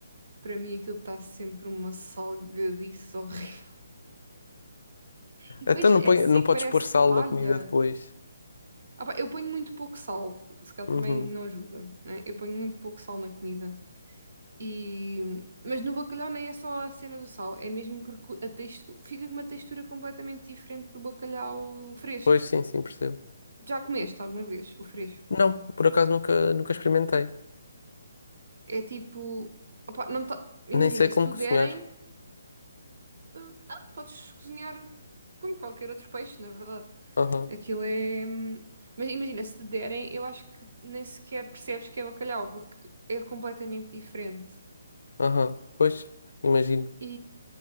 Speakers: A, on the right; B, on the left.
A: para mim aquilo está sempre uma salgadice horrível. <laughs> E
B: Então
A: depois
B: não,
A: é
B: põe,
A: seco,
B: não podes
A: parece
B: pôr sal
A: palha.
B: na comida depois.
A: Ah pá, eu ponho muito pouco sal, se calhar
B: Uhum.
A: também não ajuda, né? Eu ponho muito pouco sal na comida. E... Mas no bacalhau nem é só a cena do sal, é mesmo porque a text... fica com uma textura completamente diferente do bacalhau fresco.
B: Pois sim, sim, percebo.
A: Já comeste alguma vez o fresco?
B: Não, por acaso nunca, nunca experimentei.
A: É tipo, opá, não tá- imagina,
B: Nem sei como
A: se tu
B: cozinhar.
A: derem, eh, ah, podes cozinhar como qualquer outro peixe, na verdade.
B: Aham,
A: Aquilo é. hum, Mas imagina, se te derem, eu acho que nem sequer percebes que é bacalhau, porque é completamente diferente.
B: aham. Pois, imagino.
A: E,